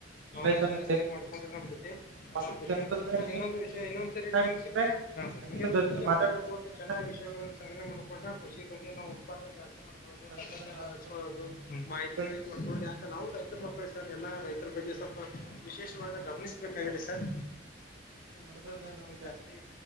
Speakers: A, on the left (about 50°); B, on the right (about 75°).
A: ನಾಲೆಜ್ನಲ್ಲ
B: ನಾಲೆಜನ್ನು ಸೇವ್
A: ಶೇರ್ ಮಾಡಕೊಂಡ್ರಿ ನಮ್ ಜೊತೆ
B: ಮತ್ತು
A: ಬಹಾ ಖುಷಿ ಅಂತಸರ್
B: ಇನ್ನೊಂದು
A: ಇನ್ನೊಂದ ವಿಷಯ
B: ಏನು
A: ಇನ್ನೊಂದ್ ಸರಿ ಟೈಮ್
B: ಸಿಕ್ಕರೆ
A: ಸಿಕ್ರೆ. ಹ
B: ಅನ್ಯರ
A: ನಿಮ್ಮ
B: ಜೊತೆಗೆ
A: ಜೊತೆ
B: ಮಾತಾಡ್ಕೋತ
A: ಮಾತಾಡಕೋ
B: ಚೆನ್ನಾಗಿ
A: ಚೆನ್ನಗಿ ವಿಷಯಗಳಗಳನ್ನು
B: ವಿಷಯಗಳನ್ನ
A: ಸಂಗ್ರಹ ಮಾಡಕೊಂಡ್ರೆ ಕೃಷಿ ಬಗ್ಗೆ ನಾವು ಉತ್ಪಾದನೆ ಜಾಸ್ತಿ ಮಾಡಬೇಕ. <unintelligible>
B: ತಂತ್ರಜ್ಞಾನ ಅಳವಡಿಸ್ಕೊಳ್ಳೋದು
A: ಮಾಹಿತಿಗಳಗಳನ್ನು ಮಾಡಿಕೊಳೋದು ಸರ್ ಎಲ್ಲ ರೈತರ ಬಗ್ಗೆ ಸ್ವಲ್ಪ ವಿಶೇಷವಾದ ಗಮನಿಸಬೇಕಾಗಿದೆ ಸರ್.
B: ಮಾಡೋದ್ರಿಂದ
A: ಮಾಡದಂದ್ರೆ
B: ನಮಗೆ
A: ನಮ್ಗ್ ಜಾಸ್ತಿ